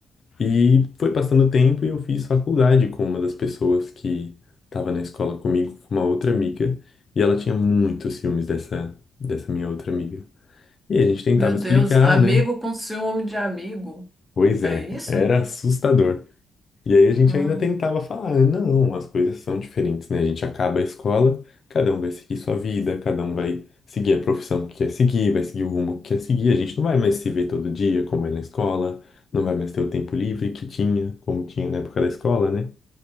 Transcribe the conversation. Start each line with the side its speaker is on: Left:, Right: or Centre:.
Left: E foi passando o tempo e eu fiz faculdade com uma das pessoas que estava na escola comigo, com uma outra amiga. E ela tinha muitos ciúmes dessa, dessa minha outra amiga. E a gente tentava
Centre: Meu Deus,
Left: explicar,
Centre: amigo
Left: né?
Centre: com ciúme de amigo,
Left: Pois
Centre: é
Left: é,
Centre: isso?
Left: era assustador. E aí a gente
Centre: Ah,
Left: ainda tentava falar, "Ah, não, as coisas são diferentes, né? A gente acaba a escola, cada um vai seguir sua vida, cada um vai seguir a profissão que quer seguir, vai seguir o rumo que quer seguir. A gente não vai mais se ver todo dia, como é na escola, não vai mais ter o tempo livre que tinha, como tinha na época da escola, né?